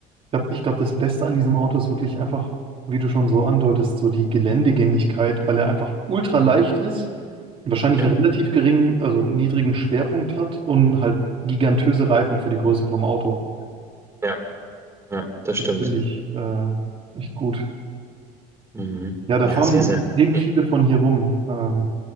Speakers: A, on the right (about 35°); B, on the right (about 15°).
A: glaub, ich glaube, das Beste an diesem Auto ist wirklich einfach, wie du schon so andeutest, so die Geländegängigkeit, weil er einfach ultra leicht ist, wahrscheinlich
B: Ja,
A: einen relativ geringen, also niedrigen Schwerpunkt hat und halt gigantöse Reifen für die Größe vom Auto.
B: ja, ja, das
A: Das
B: stimmt.
A: finde ich äh, echt gut.
B: Mhm.
A: Ja, da
B: Ja,
A: fahren
B: sehr, sehr windig.
A: eben viele von hier rum. Ähm,